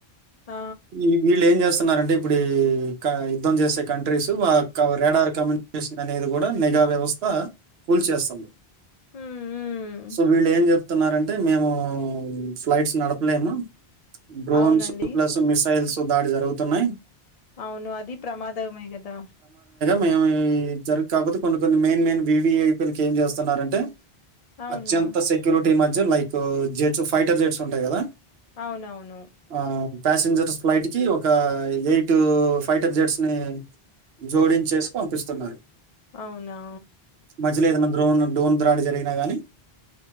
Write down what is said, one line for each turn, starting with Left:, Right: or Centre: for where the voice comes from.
Left: ఆ!
Right: ఈ వీళ్ళేం జేస్ తున్నారంటే ఇప్పుడే క యుద్ధం జేసే కంట్రీస్ ఆ క్క రేడార్ కమ్యూ కేషన్ అనేది గుడా నెగ వ్యవస్థ కూల్ చేస్సంది.
Left: హ్మ్. హ్మ్.
Right: సో వీళ్ళు ఏం జెప్తున్నారంటే మేము ఫ్లైట్స్ నడపలేము. డ్రోన్
Left: అవునండి.
Right: స్ ప్లస్ మిసైల్స్ తొ దాడి జరవుతున్నయ్.
Left: అవును అది ప్రమాదమే కదా.
Right: మేమే జర్రి కాకపోతే కొన్ని కొన్ని మెయిన్ మెయిన్ వివిఎపిల్ కేం జేస్సన్నారంటే
Left: అవును.
Right: అత్యంత సెక్యూరిటీ మ జ్జ్ లైకు జెట్స్ ఫైటర్ జెట్స్ ఉంటాయి కదా.
Left: అవునవును.
Right: ఆ ప్యాసింజర్ ఫ్లైట్ కి ఒక ఎయిట్ ఫైటర్ జెట్స్ ని జోడి చేసి పంపిస్తున్నారు.
Left: అవునా!
Right: మధ్య లో ఏదన్న డ్రోన్ డోన్ ముద్రాడి జరిగినా గాని